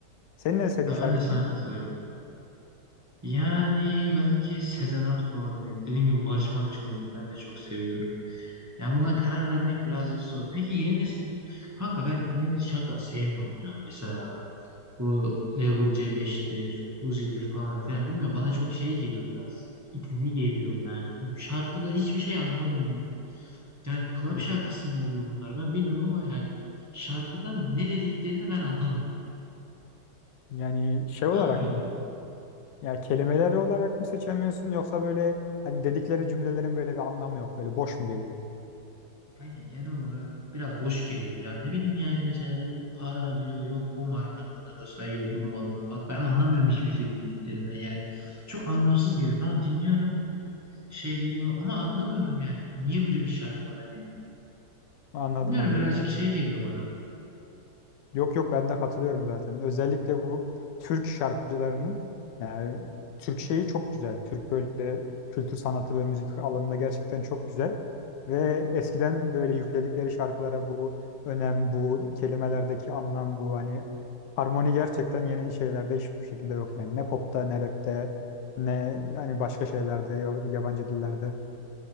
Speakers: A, on the left; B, on the right.
A: Senin en sevdiğin
B: Ha
A: şarkıcı
B: ben de sana
A: kim?
B: katılıyorum. Yani belki Sezen Aksu olabilir. Dediğim gibi Barış Manço olabilir. Ben de çok seviyorum. Yani buna karar vermek birazcık zor. Peki yeni nesil kanka ben yeni nesil şarkı sevmiyorum ya. Mesela bu Level C5'tir, Uzi'dir falan filan. Bilmiyorum bana çok şey geliyor biraz. İtici geliyor yani. Bilmiyorum, Şarkıda hiçbir şey anlamıyorum. Yani club
A: Hmm,
B: şarkısı mı oluyor bunlar? Ben bilmiyorum ama yani şarkıda ne dediklerini ben anlamıyorum.
A: Yani şey
B: Sen
A: olarak
B: anlıyor
A: mı?
B: musun?
A: Ya kelimeleri olarak mı seçemiyorsun yoksa böyle hani dedikleri cümlelerin böyle bir anlamı yok. Böyle boş mu geliyor?
B: Kanki genel olarak biraz boş geliyor. Yani ne bileyim yani mesela yok para diyor, yok o markanın adını sayıyor, bunun malını falan. Ben anlamıyorum hiçbir şey bu dediklerinden yani. Çok anlamsız geliyor. Tamam dinliyorum, şey geliyor ama anlamıyorum yani. Niye böyle bir şarkı var hani?
A: Anladım
B: Bilmiyorum
A: anladım.
B: birazcık şey geliyor bana.
A: Yok yok ben de katılıyorum zaten. Özellikle bu Türk şarkıcılarının yani Türk şeyi çok güzel. Türk böyle kültür sanatı ve müzik alanında gerçekten çok güzel. Ve eskiden böyle yükledikleri şarkılara bu önem, bu kelimelerdeki anlam, bu hani harmoni gerçekten yeni şeylerde hiçbir şekilde yok yani. Ne popta, ne rapte, ne hani başka şeylerde, yab- yabancı dillerde.